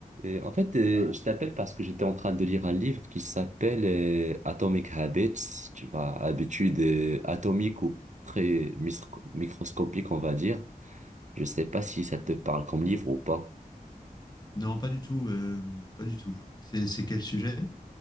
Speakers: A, on the right; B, on the left.
A: Euh, en fait, euh, je t'appelle parce que j'étais en train de lire un livre qui s'appelle euh, Atomic Habits, tu vois, habitudes euh, atomiques ou très mis- microscopiques, on va dire. Je sais pas si ça te parle comme livre ou pas.
B: Non, pas du tout, euh, pas du tout. C'est c'est quel sujet?